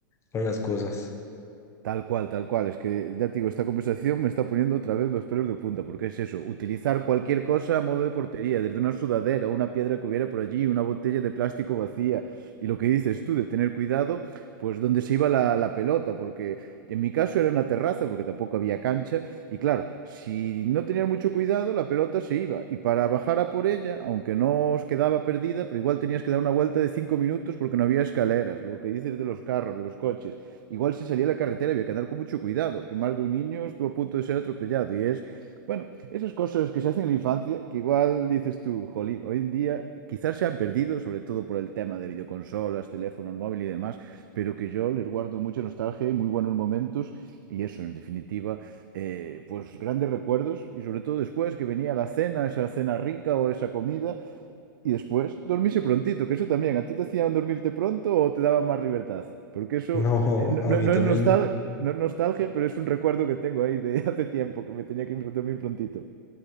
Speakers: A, on the left; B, on the right.
A: con las cosas. <laughs>
B: Tal cual, tal cual. Es que, ya te digo, esta conversación me está poniendo otra vez los pelos de punta, porque es eso, utilizar cualquier cosa a modo de portería, desde una sudadera, una piedra que hubiera por allí, una botella de plástico vacía. Y lo que dices tú, de tener cuidado, pues donde se iba la, la pelota, porque en mi caso era una terraza, porque tampoco había cancha. Y claro, si no tenías mucho cuidado, la pelota se iba. Y para bajar a por ella, aunque no os quedaba perdida, pero igual tenías que dar una vuelta de cinco minutos porque no había escaleras, lo que dices de los carros, de los coches. Igual si salía a la carretera había que andar con mucho cuidado, que más de un niño estuvo a punto de ser atropellado. Y es, bueno, esas cosas que se hacen en la infancia, que igual dices tú, jolín, hoy en día quizás se han perdido, sobre todo por el tema de videoconsolas, teléfonos móviles y demás, pero que yo les guardo mucha nostalgia y muy buenos momentos. Y eso, en definitiva, eh, pues grandes recuerdos. Y sobre todo después que venía la cena, esa cena rica o esa comida. Y después, dormirse prontito, que eso también, ¿a ti te hacían dormirte pronto o te daban más libertad? Porque eso
A: No,
B: eh, no,
A: a
B: no-
A: mí
B: no
A: también
B: es nostal-
A: me-
B: no es nostalgia, pero es un recuerdo que tengo ahí de <laughs> hace tiempo, que me tenía que ir a dormir prontito.